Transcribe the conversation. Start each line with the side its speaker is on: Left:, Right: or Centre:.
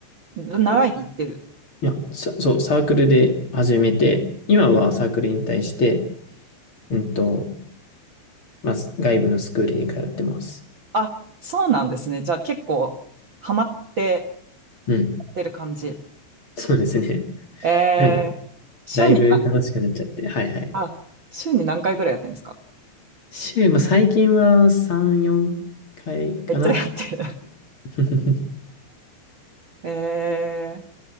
Right: 習いに行ってる。
Left: あいや、さそう、サークルで始めて、今はサークル引退して、うんと、まあ、す外部のスクールに通ってます。
Right: あ、そうなんですね。じゃあ、結構、ハマって
Left: うん。
Right: やってる感じ。
Left: そうですね。<laughs>
Right: えー、
Left: なんか、
Right: 週に、
Left: だいぶ楽しくなっちゃって、はいはい。
Right: あ、週に何回ぐらいやってるんですか
Left: 週、まあ、最近は3、4回かいかな。
Right: めっちゃやってる。
Left: <laughs>
Right: <laughs> え